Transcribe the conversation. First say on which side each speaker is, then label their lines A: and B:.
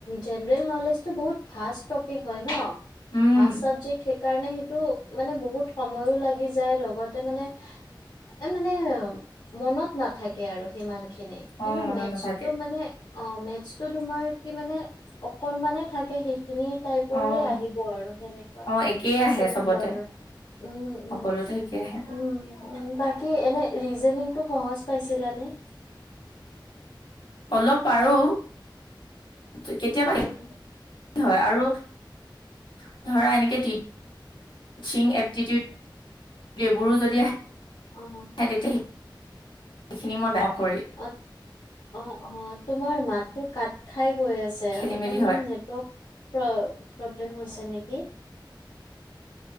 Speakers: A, on the left; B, on the left.
A: জেনেৰেল নলেজ টো বহুত ভাহ টপিক হয় ন?
B: উম
A: ভাজ চাবজেক্ট থা কাৰণে সেইটো মানে বহুত সময়ো লাগি যায়, লগতে মানে এ মানে মনত নাথাকে আৰু সিমান খিনি,
B: অ
A: কিন্তু
B: মনত
A: মেথছটো
B: নাথাকে
A: মানে অঁ' মেথছ টো তোমাৰ কি মানে অকনমানে থাকে, সেইখিনি টাইপৰে
B: অ',
A: আহিব আৰু সেনেকুৱা।
B: অ', একেই আহে
A: চেমই
B: চবতে
A: ধৰণৰ, উম
B: সকলোতে
A: উম
B: একে আহে
A: উম। উম, বাকী এনেই ৰিজনিংটো সহজ পাইছিলানে?
B: অলপ পাৰো। <inaudible>
A: উম
B: <inaudible>
A: অঁ।
B: <inaudible>
A: অঁ অঁ অঁ, তোমাৰ মাতটো কাত খাই গৈ আ ছে
B: খেলি
A: অকনমান
B: মেলি হয়
A: নেটৱৰ্ক প্ৰ প্ৰব্লেম হৈছে নেকি?